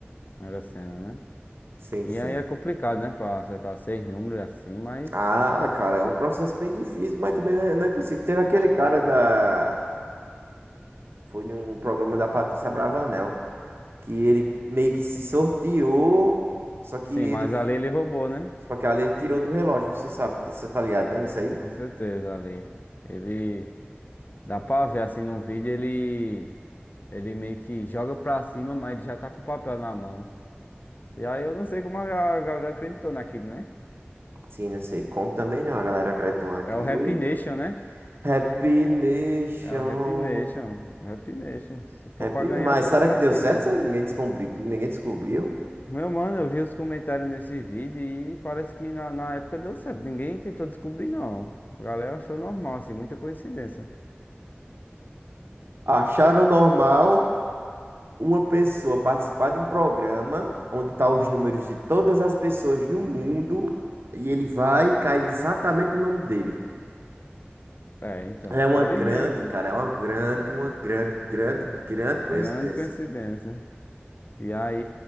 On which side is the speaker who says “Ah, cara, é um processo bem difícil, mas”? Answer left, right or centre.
Right